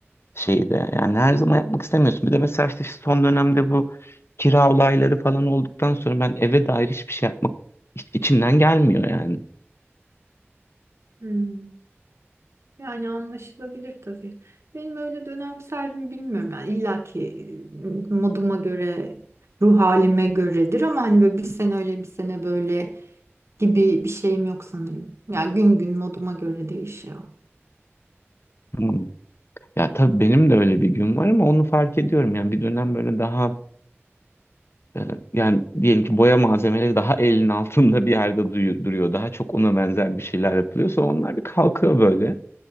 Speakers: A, on the left; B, on the right.
A: şeyi de. Yani her zaman yapmak istemiyorsun. Bir de mesela işte son dönemde bu kira olayları falan olduktan sonra ben eve dair hiçbir şey yapmak iç- içimden gelmiyor yani.
B: Hmm. Yani anlaşılabilir tabii. Benim öyle dönemsel mi bilmiyorum. Yani illa ki e, moduma göre, ruh halime göredir ama hani böyle bir sene öyle bir sene böyle gibi bir şeyim yok sanırım. Ya gün gün moduma göre değişiyor.
A: Hmm. Ya tabii benim de öyle bir gün var ama onu fark ediyorum. Yani bir dönem böyle daha e, yani diyelim ki boya malzemeleri daha elin altında bir yerde duyu- duruyor. Daha çok ona benzer bir şeyler yapılıyor. Sonra onlar bir kalkıyor böyle.